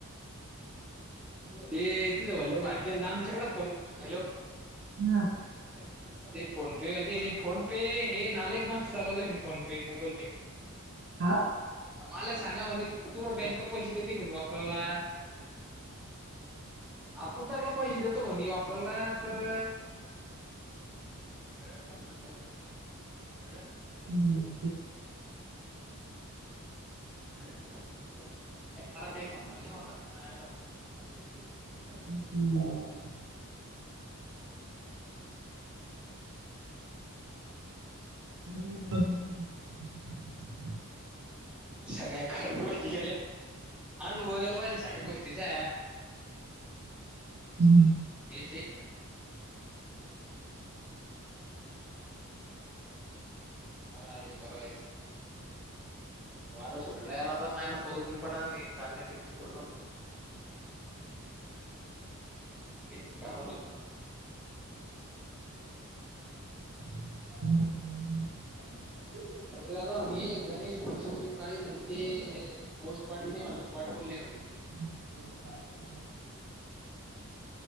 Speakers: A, in the centre; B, on the right.
A: <unintelligible> ते त <unintelligible> आमच्याकडं फोन हॅलो <unintelligible>
B: हा <unintelligible>
A: हय <unintelligible> ते फोन पे, ते फोन पे हे नाले एक मास चालत आहे फोन पे, गुगल पे.
B: हा.
A: मला सांगा म्हणे. तु बँक पैसे देते कोणी वापरायला. आपण त्यानला पैसे देतो. म्हने वापरायला तर, सगळ्यात जास्त चौकशी सगळ्यात,
B: हम.
A: नाही कार काही समजा नाही होत आता बाबा.
B: हम् ह. <unintelligible>
A: सगळ्या काही गोष्टी झाले. अनुभवयला पाहिजे. सगळ्या गोष्टीचा
B: हम्म <inaudible>
A: हे जे परा आहे. बरा आहे. वार सुटला या राजा मायला पाऊस बी पडाल नाही. चांले टिप पड.
B: <inaudible>
A: काही करावा लागेल.
B: हम्.
A: अरे दादा म्हणे गणेश भोची जी काळी म्हणते, पाऊसपाडलं नाही. म्हण पाठवल नाही. म्हणे,
B: <inaudible>